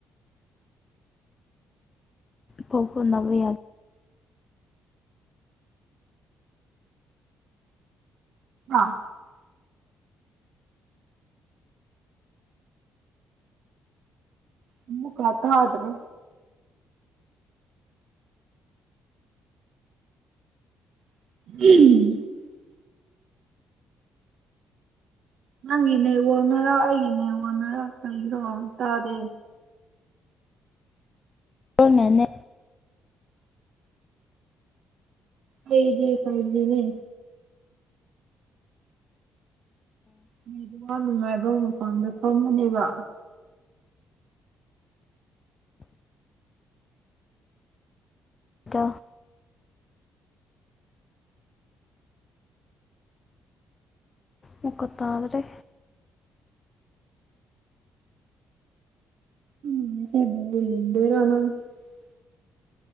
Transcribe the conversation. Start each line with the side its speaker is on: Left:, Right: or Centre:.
Left: ꯄ ꯍ ꯅ ꯌꯥ
Right: ꯑꯥ ꯑꯃꯨꯛꯀ ꯍꯥꯏꯔꯛ ꯑꯣ ꯇꯥꯗꯔꯦ <unintelligible> ꯅꯪꯒꯤꯅꯦ ꯋꯥꯅꯔꯥ ꯑꯩꯒꯤꯅꯦ ꯋꯥꯅꯔꯥ ꯀꯩꯒꯤꯔꯣ ꯇꯥꯗꯦ
Left: ꯑꯩ ꯅꯅꯦ
Right: ꯑꯩꯗꯤ ꯐꯥꯏꯗꯤꯅꯦ ꯅ ꯑꯗꯨꯒ ꯅꯨꯡꯉꯥꯏꯕ ꯃꯐꯝꯗꯣ ꯈꯃꯅꯦꯕ
Left: ꯗ ꯃꯈꯀ ꯇꯥꯗ꯭ꯔꯦ
Right: ꯑ ꯏꯟꯔꯅ